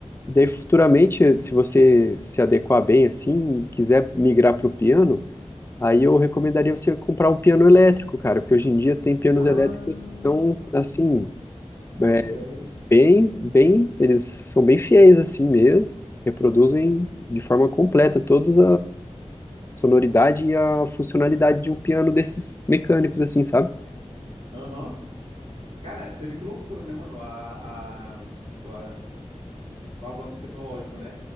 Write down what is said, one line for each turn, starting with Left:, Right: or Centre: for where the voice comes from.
Left: E daí, futuramente, se você se adequar bem assim e quiser migrar pro piano, aí eu recomendaria você comprar um piano elétrico, cara, porque hoje em dia tem pianos
Right: Ah,
Left: elétricos que são, assim,
Right: papo
Left: é,
Right: dez
Left: bem, bem, eles são bem fiéis assim mesmo, reproduzem de forma completa todas a sonoridade e a funcionalidade de um piano desses mecânicos, assim, sabe?
Right: Aham. Cara, você vê que loucura, né, mano? A, a, a, avanço tecnológico, né?